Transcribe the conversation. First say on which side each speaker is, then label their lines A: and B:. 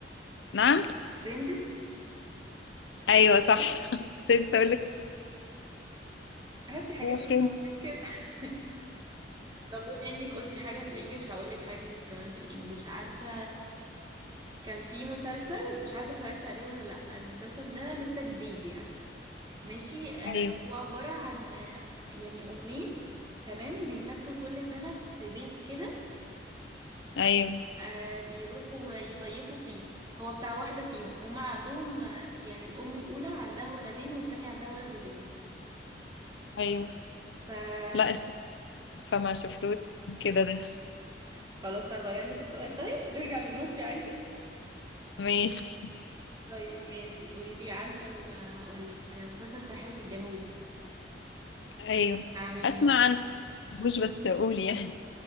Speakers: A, on the left; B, on the right.
A: نعم
B: فريندز <laughs>
A: أيوه صح <laughs> كنت لسه أقول لك
B: هاتي حاجات
A: Boyfriend.
B: اصعب من كده <laughs> طب بما انك قلتي حاجة في الانجليش هقول لك حاجة كمان في الانجليش عارفة كان في مسلسل مش عارفة اتفرجتي عليه ولا لا المسلسل ده لسه جديد يعني ماشي آه،
A: أيوه
B: هو عبارة عن آه، يعني أمين تمام بيسافروا كل سنة في بيت كده
A: أيوه
B: آه، بيروحوا يصيفوا فيه هو بتاع واحدة فيهم وهم عندهم آه، يعني الأم الأولى عندها ولدين والتانية عندها ولد وبنت
A: أيوه
B: فمش
A: لا الصراحة فما شفتوش كده ده
B: خلاص هغير لك السؤال طيب نرجع للمصري عادي
A: ماشي
B: طيب ماشي قولي لي عارفة ال- هقولك مسلسل ساحرة الجنوب
A: أيوه
B: بتاع مين
A: أسمع عنه مش بس قولي يعني